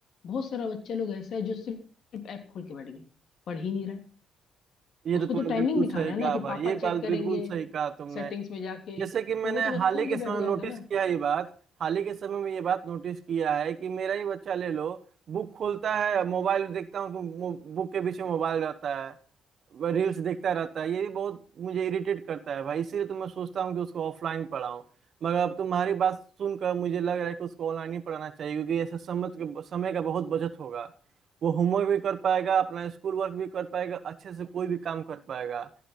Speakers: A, on the left; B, on the right.
A: बहुत सारा बच्चा लोग ऐसा है जो सिर्फ ऐप खोल के बैठ गया पढ़ ही नहीं रहा है
B: ये
A: उसको
B: तो तुमने
A: तो टाइमिंग
B: बिल्कुल
A: दिखाना
B: सही
A: है
B: कहा
A: ना कि
B: भाई
A: पापा
B: ये
A: चेक
B: बात
A: करेंगे
B: बिल्कुल सही कहा तुमने
A: सेटिंग्स में जाके
B: जैसे कि मैंने
A: तो वो तो बस
B: हाल
A: खोल
B: ही के
A: के बैठ
B: समय
A: जाएगा
B: नोटिस
A: ना
B: किया है ये बात हाल ही के समय में ये बात नोटिस किया है कि मेरा ही बच्चा ले लो बुक खोलता है मोबाइल देखता हूँ कि मो- बुक के बीच में मोबाइल रहता है रील्स देखता रहता है ये भी बहुत मुझे इरिटेट करता है भाई इसीलिए तो मैं सोचता हूँ कि उसको ऑफलाइन पढ़ाऊँ मगर अब तुम्हारी बात सुनकर मुझे लग रहा है कि उसको ऑनलाइन ही पढ़ाना चाहिए क्योंकि ऐसे समय के समय का बहुत बचत होगा वो होमवर्क भी कर पाएगा अपना स्कूल वर्क भी कर पाएगा अच्छे से कोई भी काम कर पाएगा